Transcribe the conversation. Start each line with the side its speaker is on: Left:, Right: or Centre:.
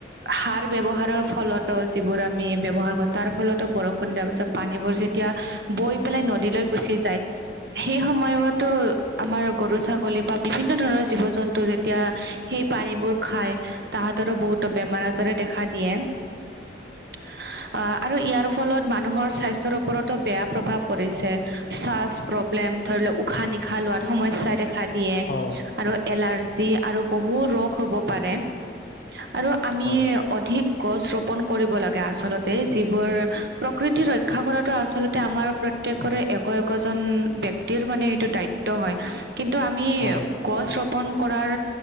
Right: সাৰ ব্যৱহাৰৰ ফলতো যিবোৰ আমি ব্যৱহাৰ কৰো তাৰ ফলতো বৰষুণ দিয়া পিছত। পানীবোৰ যেতিয়া বৈ পেলাই নদীলৈ গুচি যায়। সেই সময়ত আমাৰ গৰু-ছাগলী বা বিভিন্ন ধৰণৰ জীৱ-জন্তু যেতিয়া সেই পানীবোৰ খাই। তাহাঁতৰো বহুতো বেমাৰ-আজাৰে দেখা দিয়ে। অ', আৰু ইয়াৰ ফলত মানুহৰ স্বাস্থ্যৰ ওপৰতো বেয়া প্ৰভাৱ পৰিছে। শ্বাস প্ৰব্লেম, ধৰি লওঁক উশাহ-নিশাহ লোৱাত সমস্যা দেখা দিয়ে
Left: হয় হয়
Right: আৰু। এলাৰজি আৰু বহু ৰোগ হ'ব পাৰে। আৰু আমি
Left: হয়
Right: অধিক গছ ৰোপন কৰিব লাগে আচলতে, যিবোৰ- প্ৰকৃতি ৰক্ষা কৰাতো আচলতে আমাৰ প্ৰত্যেকৰে
Left: হয়
Right: একো একোজন- ব্যক্তিৰ মানে সেইটো দায়িত্ব হয়, কিন্তু আমি-
Left: হয়
Right: গছ ৰোপন কৰাৰ